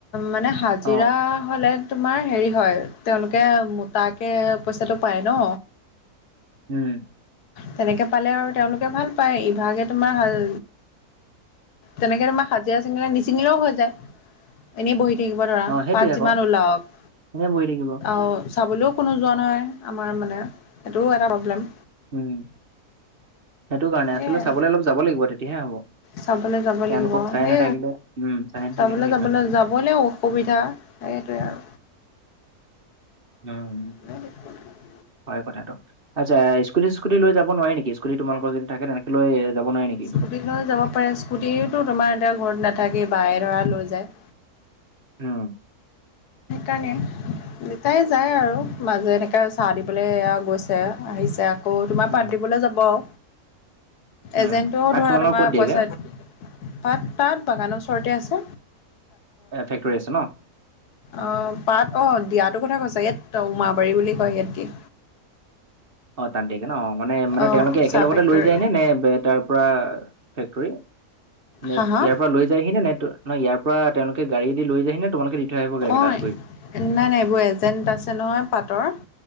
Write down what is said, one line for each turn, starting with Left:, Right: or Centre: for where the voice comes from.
Left: মানে হাজিৰা
Right: অ
Left: হ'লে তোমাৰ হেৰি হয় তেওঁলোকে মোটাকে পইচাটো পায় ন।
Right: উম।
Left: তেনেকে পালে আৰু তেওঁলোকে ভাল পায় ইভাগে তোমাৰ হাল তেনেকে তোমাৰ হাজিৰা চিঙিলা নিচিঙিলেও হৈ যায়। এনেই বহি থাকিব ধৰা
Right: অ সেইটোৱে
Left: পাত
Right: আকৌ
Left: যিমান ওলাওক
Right: এনে বহি থাকিব
Left: অ চাবলৈও কোনো যোৱা নহয় আমাৰ মানে এইটোও এটা প্ৰব্লেম।
Right: উম সেইটো কাৰণে
Left: সেয়াই
Right: আচলতে চাবলৈ অলপ যাব লাগিব তেতিয়াহে হ'ব।
Left: চাবলৈ যাব
Right: তেওঁলোকক
Left: লাগিব
Right: চাই
Left: সেই
Right: নাথাকিলে উম চাই নাথাকিলে
Left: চাবলৈ
Right: হেৰি
Left: যাবলৈ
Right: নহয়
Left: যাবলৈও অসুবিধা। সেইটোৱে আৰ
Right: উম।
Left: <unintelligible>
Right: হয় কথাটো আচ্ছা স্কুটিছ কুটি লৈ যাব নোৱাৰি নেকি স্কুটি তোমালৰ যদি থাকে তেনেকে লৈ যাব নোৱাৰি নেক-
Left: স্কুটি লৈ যাব পাৰে স্কুটিটো তোমাৰ এতিয়া ঘৰত নাথাকেই বাইয়ে ধৰা লৈ যায়।
Right: উম
Left: কাণে দেতাই যায় আৰু মাজে এনেকে চাহ দিবলৈ এয়া গৈছে আহিছে। আ- কৌ তোমাৰ
Right: উম
Left: পাত দিবলৈ যাব আৰু
Right: উম
Left: এজেণ্টও
Right: ভাত
Left: ধৰা
Right: তোমালোকৰ
Left: তোমাৰ
Right: ক'ত দিয়েগে
Left: পইচা পাত তাত বাগানৰ ওচৰতে আছে।
Right: এ ফেক্টৰী আছে ন।
Left: অ পাত অ দিয়াতো কথা কৈছা ইয়াত উমাবাৰী বুলি কয়, ইয়াত দিয়ে।
Right: অ তাত দিয়েগে ন মানে মানে
Left: অঁ
Right: তেওঁলোকে একেলগতে
Left: চাহ ফেক্টৰী
Right: লৈ যায় নে, নে তাৰ পৰা ফেক্টৰী নেট
Left: হা হা
Right: ইয়াৰ পৰা লৈ যায়হি নে নে ইয়াৰ পৰা তেওঁলোকে গাড়ী দি লৈ যায়হি তোমালোকে দি থৈ আহিব গে লাগে
Left: অঁ
Right: তাত গৈ?
Left: নাই নাই এইবোৰ এজেণ্ট আছে নহয় পাটৰ